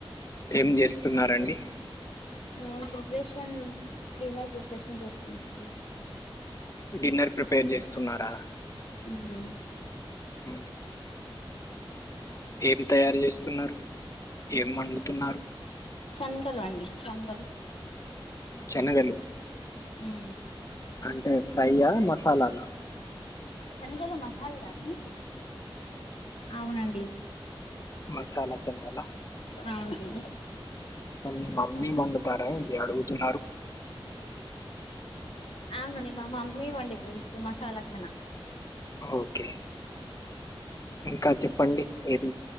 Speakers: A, on the left (about 35°); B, on the left (about 75°).
A: ఏం చేస్తున్నారండి
B: మే ప్రిపరేషన్ డిన్నర్ ప్రిపరేషన్ చేస్తున్నాండి
A: డిన్నర్ ప్రిపేర్ చేస్తున్నారా
B: హ
A: అ ఏం తయారు చేస్తున్నారు ఏం వండుతున్నారు
B: చగలు అండి చనగలు
A: చెనగలు
B: ఉమ్
A: అంటే ఫ్రైయా మసాలానా
B: చనలు మసాలా కాద అవునండి
A: మసాలా చెనగల
B: అవునండి
A: మీ మమ్మీ వొండుతారా, ఇది అడుగుతున్నారు.
B: అవునండి, మా మమ్మీ వండితది, ఇప్పుడు మసాలా చనా
A: ఓకే ఇంకా చెప్పండి. ఏం